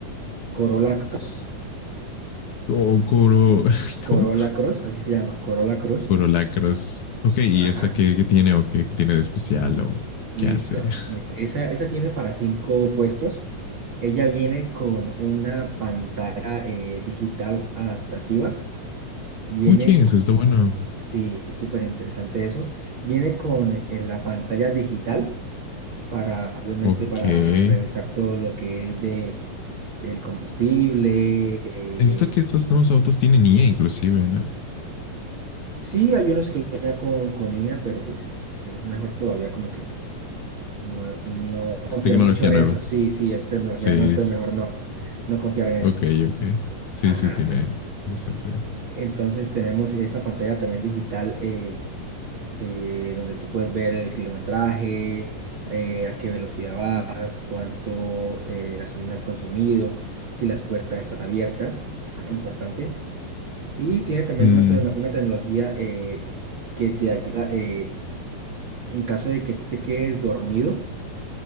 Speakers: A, on the right; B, on the left.
A: Corolla Cross.
B: O Coro, <laughs>
A: Corolla
B: ¿cómo?
A: Cross, así se llama, Corolla Cross.
B: Corolacros. Ok, y
A: Ajá,
B: esa que, que tiene o que, que tiene de especial o
A: listo.
B: qué hace. <laughs>
A: Mira, esa, esa tiene para cinco puestos. Ella viene con una pantalla eh, digital adaptativa. Viene,
B: Oye, eso
A: co-
B: está bueno.
A: sí, súper interesante eso. Viene con eh, la pantalla digital para, obviamente,
B: Ok.
A: para
B: He
A: revisar todo lo que es de el combustible. eh,
B: visto que estos nuevos autos tienen IA inclusive, ¿no?
A: Sí, hay unos que vienen ya con, con IA, pero pues es mejor todavía como que No, no
B: Es
A: confiar
B: tecnología
A: mucho en
B: nueva.
A: eso. Sí, sí, es tecnología,
B: Sí,
A: no, entonces
B: es-
A: mejor no, no confiar en eso.
B: ok, ok. Sí,
A: Ajá.
B: sí, tiene, tiene sentido.
A: Entonces tenemos esta pantalla también digital eh, eh, donde tú puedes ver el kilometraje, eh, a qué velocidad vas, cuánto eh, gasolina has consumido, si las puertas están abiertas. Ajá, importante. Y tiene también
B: Mm,
A: una, tecno- una tecnología eh, que te ayuda eh, en caso de que tú te quedes dormido